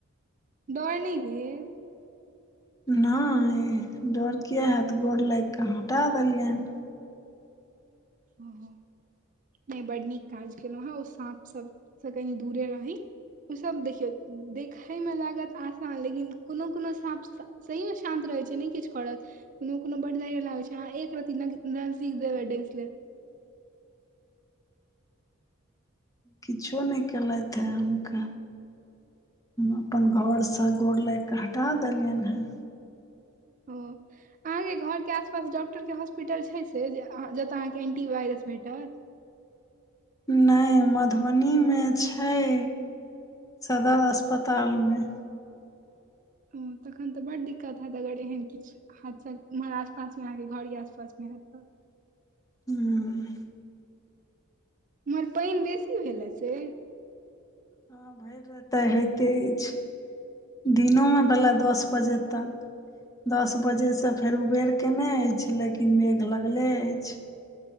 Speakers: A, on the right; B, on the left.
A: डर नै भेल
B: नै डर किया हैत गोर लागि कऽ हटा देलियैनि
A: ह नै बड नीक काज केलहु आहा ओ साँप सब स कनी दूरे रही। ओ सब देखियो देखैयमे लागत आसान लेकिन कोनो कोनो साफ त सहीमे शांत रहैय छै नै किछ करत कुनो कुनो बड्ड जहरीला होई छै अहाँ एक रति नजदीक जेबै डेंइस लेत।
B: किछो नै केलथि ह हुनका हम अपन घरस गोर लागि कऽ हटा देलियनि ह
A: ओऽ अहाके घरके आसपास डॉक्टरके हाॅस्पिटल छै से जतय अहाके ऐँटीवायरस भेटत
B: नै मधुबनीमे छैय सदर अस्पतालमे
A: ओ तखन तऽ बड़ दिक्कत हैत अगर एहन किछ हादसा उम्हर आसपास मे अहाके घर ही आसपास मे हेतय
B: ह
A: उम्हर पाइन बेसी भेल ह से
B: हँ भरि राइत होइते अछि दिनोमे भेल दस बजे तक दस बजे स फेर उबेर केने अछि लेकिन मेघ लगले अछि